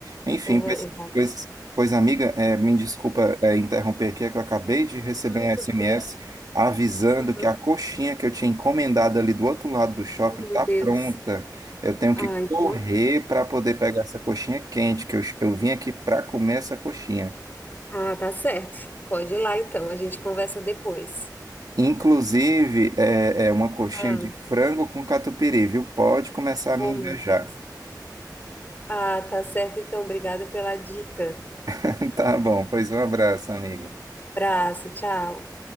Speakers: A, on the right; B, on the left.
A: Enfim,
B: Eu-
A: pois,
B: exato.
A: pois, pois amiga, eh, me desculpa, eh, interromper aqui, é que eu acabei de receber
B: Ai,
A: um
B: tudo
A: SMS
B: bem.
A: avisando
B: Uhum.
A: que a coxinha que eu tinha encomendado ali do outro lado do shopping
B: Oh, meu
A: está
B: Deus.
A: pronta. Eu tenho
B: Ah,
A: que
B: então.
A: correr para poder pegar essa coxinha quente, que eu, eu vim aqui para comer essa coxinha.
B: Ah, tá certo. Pode ir lá então, a gente conversa depois.
A: Inclusive, é, é uma coxinha
B: Ah,
A: de frango com catupiry, viu? Pode começar a
B: oh
A: me invejar.
B: meu Deus. Ah, tá certo então, obrigada pela dica.
A: <laughs> Tá bom, pois um abraço, amiga.
B: Abraço, tchau.